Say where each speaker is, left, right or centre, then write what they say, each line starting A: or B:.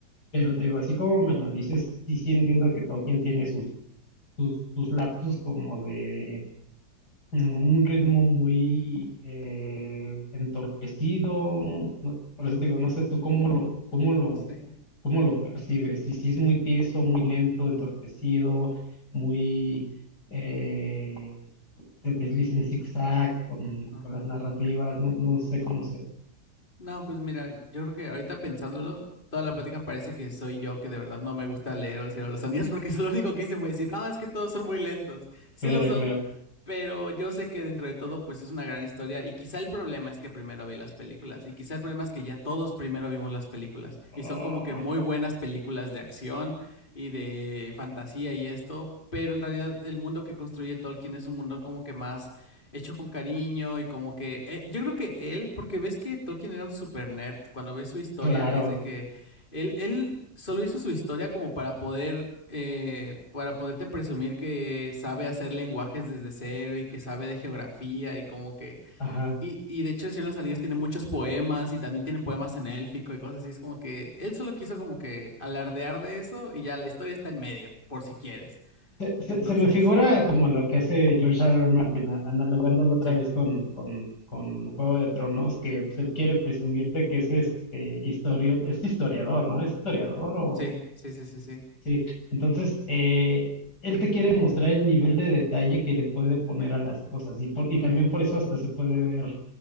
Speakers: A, on the left; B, on the left.
A: Pero te digo, así como me lo dices, sí, sí entiendo que Tolkien tiene sus, sus, sus lapsus como de en un ritmo muy eh, entorpecido. no- Por eso te digo, no sé tú cómo lo, cómo lo,
B: Sí.
A: cómo lo percibes. Si, si es muy tieso, muy lento, entorpecido, muy eh, se desliza en zigzag con,
B: Ajá.
A: con las narrativas, no, no sé cómo sea.
B: No, pues mira, yo creo que ahorita pensándolo, toda la plática parece que soy yo que de verdad no me gusta leer El Señor de los Anillos <laughs> porque es lo único que hice fue decir, no, es que todos son muy lentos. Sí
A: Claro,
B: lo son,
A: claro.
B: pero yo sé que dentro de todo pues es una gran historia y quizá el problema es que primero vi las películas y quizá el problema es que ya todos primero vimos las películas
A: Oh,
B: y son como que muy buenas películas de acción y de fantasía y esto, pero en realidad el mundo que construye Tolkien es un mundo como que más hecho con cariño y como que eh, yo creo que él, porque ves que Tolkien era un super nerd, cuando ves su historia
A: claro.
B: es de que él, él solo hizo su historia como para poder eh, para poderte presumir que sabe hacer lenguajes desde cero y que sabe de geografía y como que
A: Ajá.
B: y, y de hecho El Señor de los Anillos tiene muchos poemas y también tiene poemas en élfico y cosas así, es como que él solo quiso como que alardear de eso y ya la historia está en medio, por si quieres.
A: Se, se-
B: Entonces,
A: se me figura como lo que hace George R. R. Martin, a- analogándolo otra
B: sí,
A: vez con, con, con Juego de Tronos, que pues, él quiere
B: mm,
A: presumirte que es este historio, es historiador, ¿no? Es historiador o
B: sí, sí, sí, sí, sí.
A: sí. Entonces, eh, él te quiere mostrar el nivel de detalle que le puede poner a las cosas, y por, y también por eso hasta se puede ver